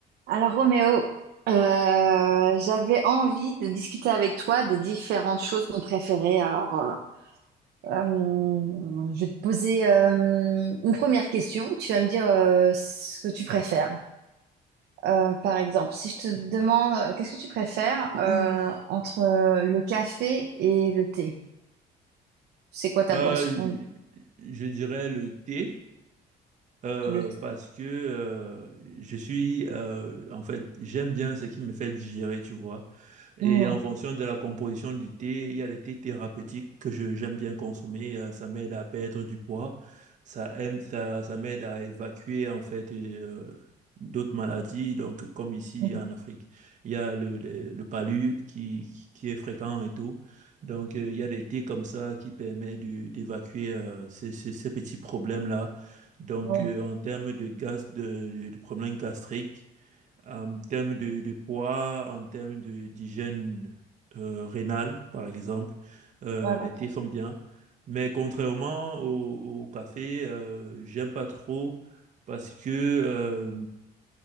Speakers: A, on the right (about 75°); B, on the right (about 45°).
A: Alors Roméo, euh, j'avais envie de discuter avec toi des différentes choses qu'on préférait. Alors, euh, euh, je vais te poser euh, une première question. Tu vas me dire euh, ce que tu préfères. Euh, par exemple, si je te demande euh, qu'est-ce que tu préfères euh, entre euh, le café et le thé? C'est quoi ta
B: Euh,
A: boisson?
B: je je dirais le thé. Euh,
A: Le thé.
B: parce que euh, je suis, euh, en fait, j'aime bien ce qui me fait digérer, tu vois. Et
A: Mm,
B: en fonction de la composition du thé, il y a des thés thérapeutiques que je, j'aime bien consommer. Euh, ça m'aide à perdre du poids, ça aime, ça, ça m'aide à évacuer, en fait, et, euh, d'autres maladies. Donc, comme ici
A: mm,
B: en Afrique, il y a le, le, le palu qui, qui est fréquent et tout. Donc, euh, il y a des thés comme ça qui permettent de- d'évacuer euh, ces, ces, ces petits problèmes-là. Donc,
A: oui,
B: euh, en termes de gaz, de, de- de problèmes gastriques, en termes de, de poids, en termes de- d'hygiène euh, rénale, par exemple, euh,
A: Ah, d'accord.
B: les thés sont bien. Mais contrairement au, au café, euh, j'aime pas trop parce que euh,